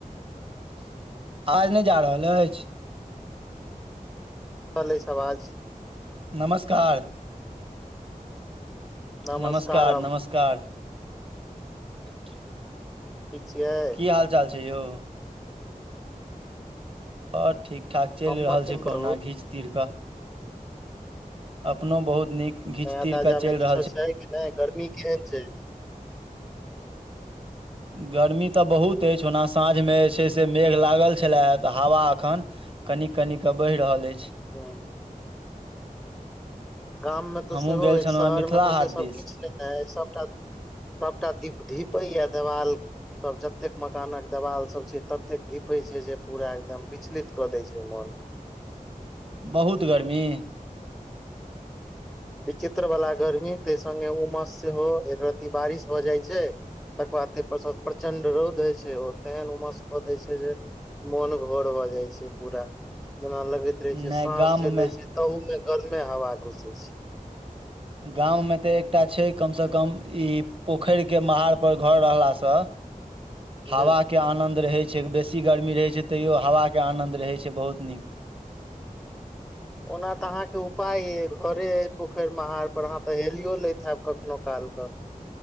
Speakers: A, on the right; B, in the centre.
A: <unintelligible> आज नहि जा रहल अछि।
B: रहलल अछि आवाज
A: नमस्कार।
B: नमस्कारम
A: नमस्कार नमस्कार। <unintelligible>
B: ठीक छियै।
A: की हाल चाल छै यौ। आओर। ठीक ठाक चलि
B: हमर
A: रहल
B: त
A: छै कहुना
B: बहु
A: घीच तीर के। अपनो बहुत नीक घीच
B: नया
A: तीर
B: ताजा
A: कऽ चलि
B: मे किछो
A: रहल
B: छै नहि गरमी केहन छै।
A: गर्मी तऽ बहुत अछि ओना साँझ मे जे छै से मेघ लागल छले हे तऽ हवा अखन कनि कनि क बह रहल अछि।
B: ह्म गाममे तऽ
A: हमहूँ
B: सेहो
A: गेल
B: अछि
A: छलहुँ
B: शहरमे
A: हेँ मिथिला
B: तऽ
A: हाट
B: सेसभ
A: दिस
B: किछु लेने अइ सभटा सभटा दीप धीपैए देवाल सभ जतेक मकानक देवाल सभ छै ततेक घीपै छै जे पूरा एकदम विचलित कऽ दै छै मन।
A: बहुत गर्मी।
B: विचित्रवला गर्मी ताहि सङ्गे उमस सेहो एक रत्ती बारिश भऽ जाइ छै, तकर बाद तेहि प्र प्रचण्ड रौद होइ छै, ओ तेहन उमस कऽ दै छै जे, मोन घर भऽ जाइ छै पूरा। जेना लगैत रहे छै
A: नहि
B: साँस
A: गाममे
B: जे ले छै ताहू मे गरमे हवा घुसे छै
A: गाममे तऽ एकटा छै कम से कम ई पोखरिके महारपर घर रहलासँ हवा
B: ह
A: के आनंन्द रहै बेसी गरमी रहै छै त्यों हावा के आनंद ले छै बहुत नीक।
B: ओना तऽ अहाँके उपाय अइ घरे अइ पोखरि महारपर अहाँ तऽ हेलिओ लैत हयब कखनहु कालके।